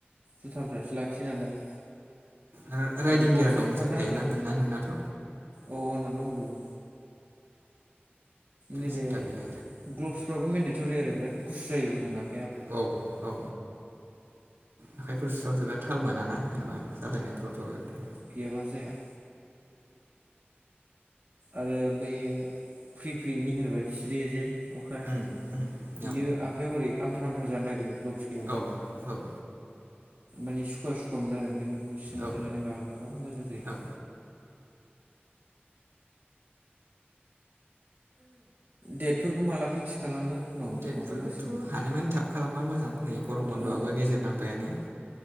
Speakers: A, on the right (about 55°); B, on the right (about 85°).
A: जुथाफ्रासो लाखियो नालाय।
B: आरो राइदिं
A: ग्लब्सआथ'
B: गियार दंजोबखायोना
A: थाखानांगोन
B: नोंना नोंनाथ?
A: औ आंना दंजोबो नैबे
B: सिन्था गैया
A: ग्लबसफ्राबो मेन्डेटरि आरो बिराद गुसु जायो मोदोमा।
B: औ औ आखाइफोर सुहाब जोबबा थाल मोनाना जेनेबा जालायनायफ्रावथ एदम
A: गैयाब्ला जाया आरो बै फ्रि फ्रि निहोर बाददि सिरियोजे अखा
B: उम उम
A: बियो
B: औ
A: आखाइयाव हओरै आमथा आमथा जानो नागिरो ग्लब्स गै
B: औ औ
A: माने सुखुवा सुखुवा मोन आरो ओंखायनो बेखौ सिङाव
B: औ
A: सोनानै माबाबा मोजां जायो।
B: औ
A: डेटफोरखौ माला फिक्स खालामो उनाव
B: डेटफोरखौथ'
A: माबानांसिगोन बेखौ
B: हानायमानि थाब खालामबा मोजां नै गरम बन्दआबो
A: औ
B: गेजेर नांबायानो।